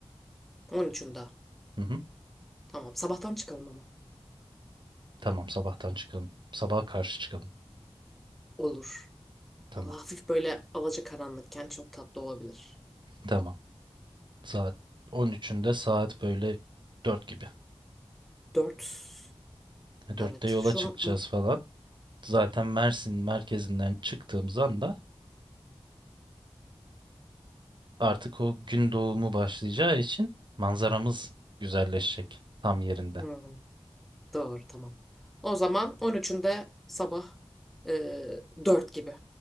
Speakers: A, in the centre; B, on the right.
A: On üçünde
B: Hı hı.
A: Tamam, sabahtan çıkalım ama.
B: Tamam sabahtan çıkalım. Sabaha karşı çıkalım.
A: Olur.
B: Tamam.
A: Ama hafif böyle alacakaranlıkken çok tatlı olabilir.
B: Tamam. Saat 13'ünde saat böyle 4 gibi.
A: 4.
B: E, dörtte
A: Evet,
B: yola
A: şu
B: çıkacağız
A: an...
B: falan. Zaten Mersin merkezinden çıktığımız anda artık o gün doğumu başlayacağı için manzaramız güzelleşecek tam yerinde.
A: Hmm, doğru, tamam. O zaman on üçünde sabah e, 4 gibi.